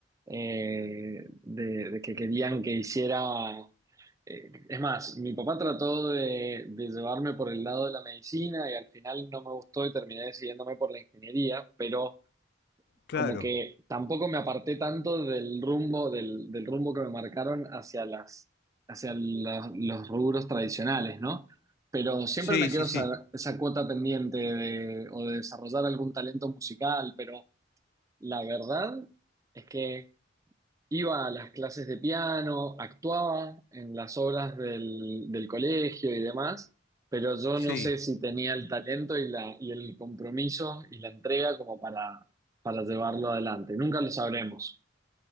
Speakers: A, on the right; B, on the left.
A: eh, de, de que querían que hiciera... eh, es más, mi papá trató de, de llevarme por el lado de la medicina y al final no me gustó y terminé decidiéndome por la ingeniería, pero
B: claro,
A: como que tampoco me aparté tanto del rumbo, del, del rumbo que me marcaron hacia las, hacia la- los rubros tradicionales, ¿no? Pero siempre
B: sí,
A: me quedó
B: sí, sí,
A: esa, esa cuota pendiente de, o de desarrollar algún talento musical, pero la verdad es que Iba a las clases de piano, actuaba en las obras del, del colegio y demás, pero yo
B: sí.
A: no sé si tenía el talento y, la, y el compromiso y la entrega como para, para llevarlo adelante. Nunca lo sabremos.